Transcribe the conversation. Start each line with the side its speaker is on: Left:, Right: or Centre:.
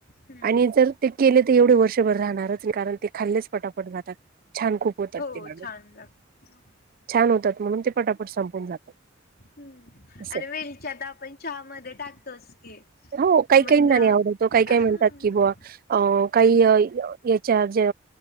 Left: हं,
Right: आणि
Left: हं.
Right: जर ते केले ते एवढे वर्षभर राहणारच नाही, कारण ते खाल्लेच पटापट जातात, छान खूप होतात
Left: हो
Right: ते लाडू,
Left: छान लागतं.
Right: छान होतात म्हणून ते पटापट संपून जातात
Left: हम्म,
Right: असे
Left: आणि वेलच्या तर आपण चहा मधे टाकतोच की
Right: हो, काही
Left: मग
Right: काही ना नाही आवडत, काही काही
Left: हा हं,
Right: म्हणतात कि बुआ, अ काही याच्यात जे